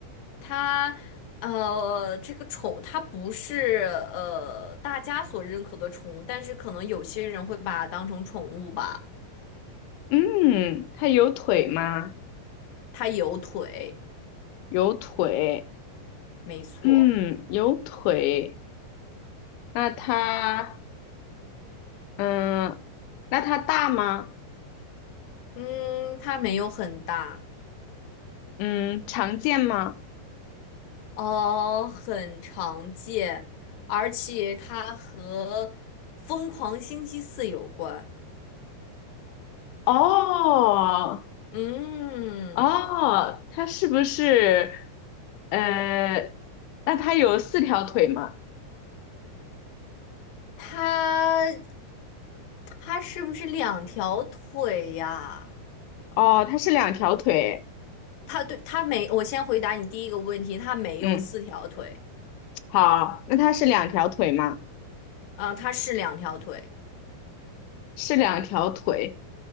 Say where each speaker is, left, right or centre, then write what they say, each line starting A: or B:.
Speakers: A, on the left; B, on the left.
A: 它呃这个宠它不是呃大家所认可的宠物，但是可能有些人会把它当成宠物吧。
B: 嗯，它有腿吗？
A: 它有腿，
B: 有腿，
A: 没错。
B: 嗯，有腿。那它，嗯，那它大吗？
A: 嗯，它没有很大，
B: 嗯，常见吗？
A: 哦，很常见，而且它和《疯狂星期四》有关。
B: 哦，
A: 嗯，
B: 哦，它是不是，呃，那它有四条腿吗？
A: 它它是不是两条腿呀？
B: 哦，它是两条腿。
A: 它对它没，我先回答你第一个问题，它没有四条腿，
B: 嗯，好，那它是两条腿吗？
A: 啊、它是两条腿，
B: 是两条腿。